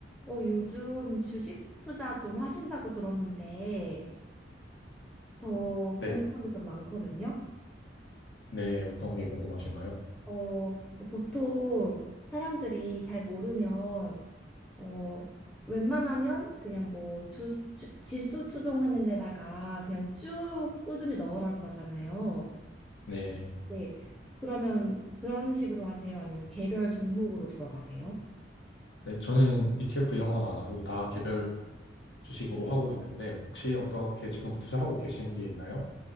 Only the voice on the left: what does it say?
네,
네, 어떤 게 궁금하신가요?
네,
네, 저는 ETF 이런 건 안 하고 다 개별 주식으로 하고 있는데 혹시 어떻게 지금 투자하고 계신 게 있나요?